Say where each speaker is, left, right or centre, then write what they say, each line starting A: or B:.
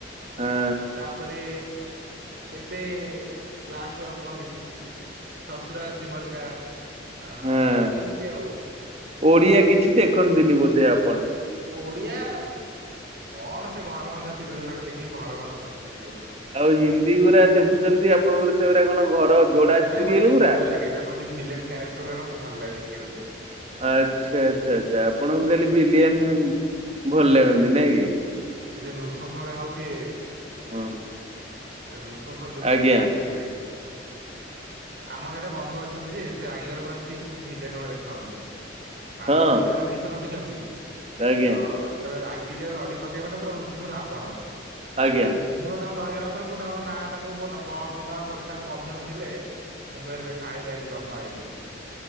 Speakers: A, on the right (about 35°); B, on the right (about 55°).
A: ହଁ
B: ତାପରେ ଏବେ ପ୍ଲାଷ୍ଟ ୱର୍କ କଣ ଦେଖିଛି। ସୁର ସିମରକା ଆ
A: ହଁ
B: ଏମିତି ଆଉ।
A: ଓଡିଆ କିଛି ଦେଖନ୍ତିନି ବୋଧେ ଆ
B: ଓଡିଆ କଣ ସେ ଘର ଭଙ୍ଗା ସିରିଏଲ ଗୋଡାକ ଦେଖିକି ଘର ଭଙ୍ଗା କଥା ଶିଖିବ।
A: ଆଉ ହିନ୍ଦୀ ଗୁରା ଦେଖୁଛନ୍ତି ଆପଣଙ୍କର ସେଗୁର କଣ ଘର ଯୋଡା
B: ନାଇଁ
A: ସିରିଏଲ
B: ମତେ ଟିକେ
A: ଗୁରା?
B: ଭଲ ଲାଗ ତାଙ୍କର ଜଉ ଭିଲେନ କ୍ୟାରେଟର ଗୁର ମତେ ଭଲ ଲାଗେ ଦେଖିବାକୁ ଟିକେ।
A: ଆଛା ଆଛା ଆଛା ଆପଣଙ୍କୁ
B: ହୁଁ
A: କାଲି ବିଲିୟନ ଭଲ ଲାଗନ୍ତି ନାଇଁ କି।
B: ଏ ଯୋଉ ନୃସସ ଭଳିଆ ହଉଥିବେ
A: ହଁ
B: ସେ ନୃସଂସର ଲୁକ୍ ଟା
A: ଆଜ୍ଞା
B: ଦେଖିବାକୁ ବଢିଆ ଲାଗେ। ଆମର ଜଣେ ବନ୍ଧୁ ଅଛନ୍ତି ଯେ ସେ ରାଗିଗଲେ ପୁରା ଠିକ ସେ ଭିଲିୟାନ ଭଳିଆ ଦେଖାହନ୍ତି। ମାଗୁର
A: ହଁ
B: ଫୁଲିଖା ନିଷ ରଖିଛନ୍ତି
A: ଆଜ୍ଞା
B: ତ ତାହେଲେ ରାଗି ଯିବେ ରଡି ପକେଇବ ନା ପୁରା ରୋଷସ ରାବଣ।
A: ଆଜ୍ଞା।
B: ମୁଁ ତ ତାଙ୍କୁ ଡରିଗଲା ପରେ ମୁଁ ତାଙ୍କ ନାଁ ତାଙ୍କୁ କହୁନ ପରଦିନ ବୋଧେ ତାଙ୍କ ବନ୍ଧୁ ଜଣ ଥିଲେ। ମୁଁ କହିଲି ଆଇଲେ ଆଇଲେ ଜମ ଆଇଲେ।